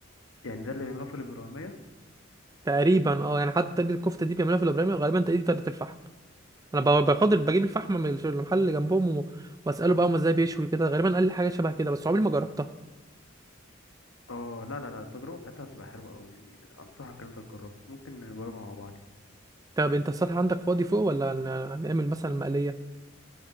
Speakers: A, on the left; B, on the right.
A: يعني ده اللي بيعملوه في الإبرامية
B: تقريبا اه يعني حتى طريقة الكفتة دي بيعملوها في الابراهيمي وغالبا دي طريقة الفحم انا ب- بخاطر بجيب الفحم من المحل اللي جنبهم واساله بقى هم ازاي بيشوي كده غالبا قال لي حاجة شبه كده بس عمري ما جربتها
A: اه لا لا لا التجربة بتاعتها بتبقى حلوة أوي يعني أنصحك إن أنت تجربها ممكن نجربها مع بعض
B: طب انت السطح عندك فاضي فوق ولا هن- هنعمل مثلا مقلية